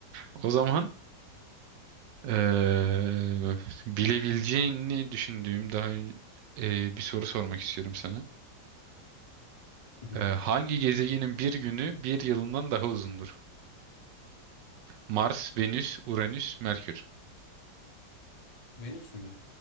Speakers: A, on the right; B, on the left.
A: O zaman eee, bilebileceğini düşündüğüm daha eee, bir soru sormak istiyorum sana.
B: Hı
A: Eee,
B: hı.
A: hangi gezegenin bir günü bir yılından daha uzundur? Mars, Venüs, Uranüs, Merkür.
B: Venüs müdür?